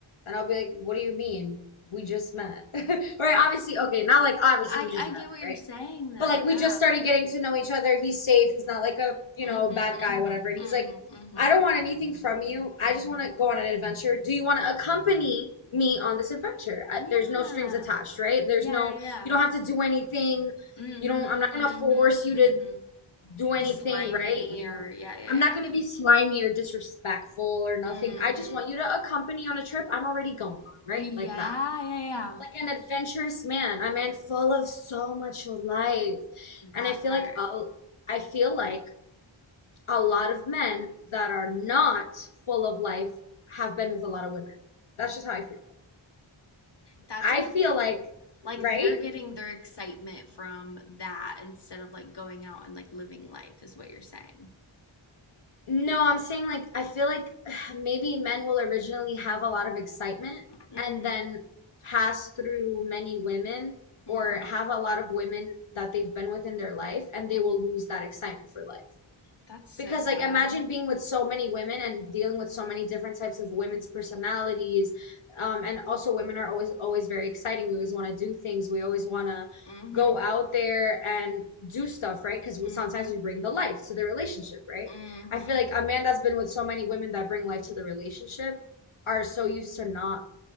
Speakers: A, on the left; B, on the left.
A: And I'll be like, "What do you mean? We just met." <laughs> Right? Obviously, okay, not like obviously
B: I
A: you just
B: I
A: met
B: get what
A: him,
B: you're
A: right?
B: saying though.
A: But like we
B: Yeah,
A: just started
B: like
A: getting to know each other. He's safe. He's not like a, you
B: mm-hmm,
A: know, bad guy,
B: mm-hmm,
A: whatever. And he's
B: mm-hmm,
A: like,
B: mm-hmm.
A: "I don't want anything from you. I just want to go on an adventure. Do you want to accompany me on this adventure?" I,
B: Yeah.
A: there's no strings attached, right? There's
B: Yeah,
A: no
B: yeah, yeah.
A: you don't have to do anything.
B: Mhm,
A: You don't I'm not
B: mhm,
A: gonna force you
B: mhm.
A: to do anything
B: Be slimy
A: right, you
B: or
A: know.
B: yeah, yeah,
A: I'm not
B: yeah.
A: going to be slimy or disrespectful or nothing.
B: Mhm.
A: I just want you to accompany on a trip I'm already going on, right?
B: Yeah,
A: Like that.
B: yeah, yeah.
A: Like an adventurous man, a man full of so much life.
B: That
A: And I feel
B: part.
A: like oh, I feel like a lot of men that are not full of life have been with a lot of women. That's just how I feel.
B: That's
A: I
B: a
A: feel like,
B: like
A: right?
B: they're getting their excitement from that instead of like going out and like living life is what you're saying.
A: No, I'm saying like I feel like <sighs> maybe men will originally have a lot of excitement
B: Mhm.
A: and then pass through many women or
B: Mhm.
A: have a lot of women that they've been with in their life and they
B: Mhm.
A: will lose that excitement for life
B: That's so
A: because
B: sad.
A: like imagine being with so many women and dealing with so many different types of women's personalities um, and also women are always always very exciting we always want to do things we always want to
B: Mhm.
A: go out there and do stuff right because we
B: Mhm.
A: sometimes we bring the life to the relationship right
B: Mhm.
A: i feel like a man that's been with so many women that bring life to the relationship are so used to not